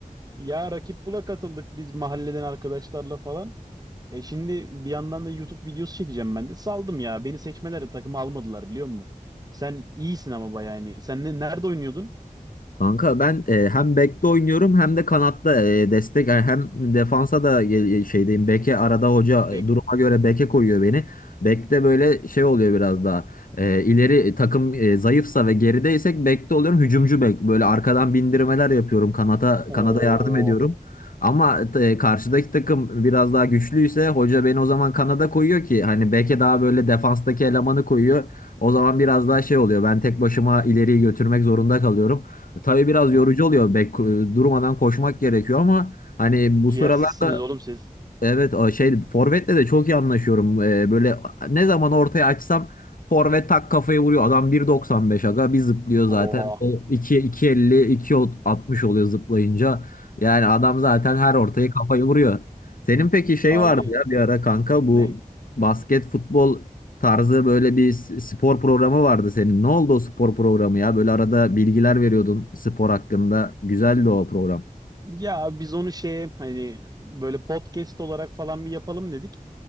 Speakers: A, on the right; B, on the left.
A: Ya rakip bula katıldık biz mahalleden arkadaşlarla falan. E şimdi bir yandan da YouTube videosu çekeceğim ben de. Saldım ya. Beni seçmelerde takıma almadılar biliyor musun? Sen iyisin ama bayağı yani. Sen ne, nerede oynuyordun?
B: Kanka ben e, hem bekte oynuyorum hem de kanatta e, destek yani hem defansa da e, şeydeyim. Beke arada hoca e,
A: Bek
B: duruma göre beke koyuyor beni. Bekte böyle şey oluyor biraz daha. E, ileri takım e, zayıfsa ve gerideysek bekte oluyorum. Hücumcu bek böyle arkadan bindirmeler yapıyorum. Kanata
A: o
B: kanada yardım ediyorum. Ama e, karşıdaki takım biraz daha güçlüyse hoca beni o zaman kanada koyuyor ki hani beke daha böyle defanstaki elemanı koyuyor. O zaman biraz daha şey oluyor. Ben tek başıma ileriyi götürmek zorunda kalıyorum. Tabii biraz yorucu oluyor. Bek e, durmadan koşmak gerekiyor ama hani bu
A: Ciğersizsiniz
B: sıralarda
A: oğlum siz.
B: Evet o şey forvetle de çok iyi anlaşıyorum. Ee, böyle ne zaman ortaya açsam forvet tak kafayı vuruyor. Adam 1.95 aga bir zıplıyor zaten.
A: Oha.
B: O 2 2.50 2.60 oluyor zıplayınca. Yani adam zaten her ortaya kafayı vuruyor. Senin peki şey
A: Abi
B: vardı ya bir ara kanka bu
A: ne?
B: basket futbol tarzı böyle bir s- spor programı vardı senin. Ne oldu o spor programı ya? Böyle arada bilgiler veriyordun spor hakkında. Güzeldi o program.
A: Ya biz onu şeye hani böyle podcast olarak falan bir yapalım dedik.